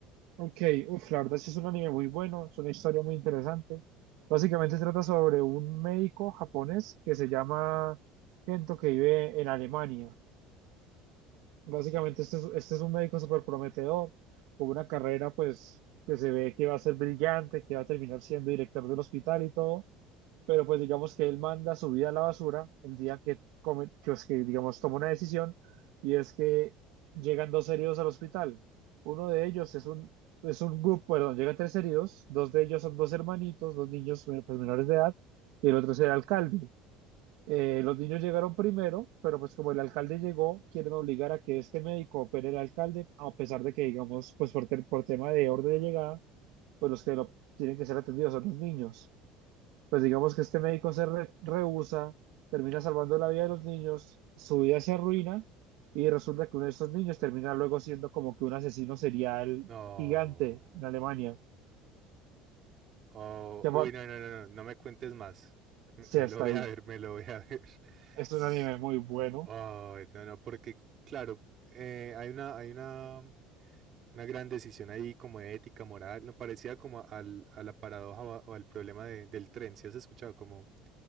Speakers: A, on the right; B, on the right.
A: Ok, uf, la verdad sí es un anime muy bueno, es una historia muy interesante. Básicamente trata sobre un médico japonés que se llama Kento que vive en Alemania. Básicamente este es, este es un médico súper prometedor, con una carrera pues que se ve que va a ser brillante, que va a terminar siendo director del hospital y todo pero pues digamos que él manda su vida a la basura el día que, come- que, pues, que, digamos, toma una decisión y es que llegan dos heridos al hospital. Uno de ellos es un, es un grupo, perdón, llegan tres heridos, dos de ellos son dos hermanitos, dos niños eh, pues, menores de edad y el otro es el alcalde. Eh, los niños llegaron primero, pero pues como el alcalde llegó, quieren obligar a que este médico opere al alcalde, a pesar de que, digamos, pues por, ter- por tema de orden de llegada, pues los que lo tienen que ser atendidos son los niños pues digamos que este médico se re- rehúsa, termina salvando la vida de los niños, su vida se arruina y resulta que uno de estos niños termina luego siendo como que un asesino serial
B: No.
A: gigante en Alemania.
B: Oh,
A: Que apar-
B: uy, no, no, no, no, no me cuentes más. Me,
A: sí,
B: me
A: hasta
B: lo voy
A: ahí.
B: a ver, me lo voy a ver. <laughs>
A: Es un anime muy bueno.
B: Ay, no, no, porque, claro, eh, hay una, hay una, una gran decisión ahí como de ética, moral, no parecía como al, a la paradoja o, a- o al problema de- del tren, si has escuchado? Como